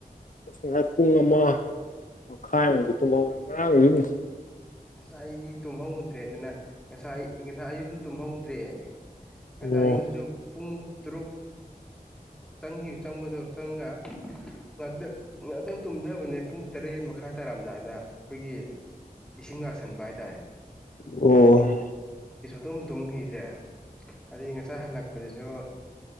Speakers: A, on the left; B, in the centre.
A: ꯑꯁ ꯉꯁꯥꯏ ꯄꯨꯡ ꯑꯃ ꯃꯈꯥꯏꯃꯨꯛꯛꯇ ꯊꯨꯝꯍꯧ ꯎꯝ
B: ꯉꯁ ꯑꯩꯗꯤ ꯇꯨꯝꯍꯧꯗ꯭ꯔꯦ ꯑꯗꯨꯅ ꯉꯁꯥꯏ ꯉꯁꯥꯏ ꯑꯌꯨꯛꯁꯨ ꯇꯨꯝꯍꯧꯗ꯭ꯔꯦ ꯉꯁꯥꯏ
A: ꯑꯣ
B: ꯑꯌꯨꯛꯁꯨ ꯄꯨꯡ ꯇꯔꯨꯛ ꯆꯪꯈꯤꯕ ꯆꯪꯕꯗꯣ ꯆꯪꯉ ꯉꯥꯛꯇꯪ ꯉꯥꯛꯇꯪ ꯇꯨꯝꯗꯕꯅꯦ ꯄꯨꯡ ꯇꯔꯦꯠ ꯃꯈꯥꯏ ꯇꯥꯔꯝꯗꯥꯏꯗ ꯑꯩꯈꯣꯏꯒꯤ ꯏꯁꯤꯡ ꯉꯥꯛꯁꯟꯕ ꯍꯥꯏꯇꯥꯔꯦ
A: ꯑꯣ
B: ꯇꯨꯝ ꯇꯨꯝꯈꯤꯗ꯭ꯔꯦ ꯑꯗꯨꯗꯤ ꯉꯁꯥꯏ ꯍꯜꯂꯛꯄꯗꯨꯁꯨ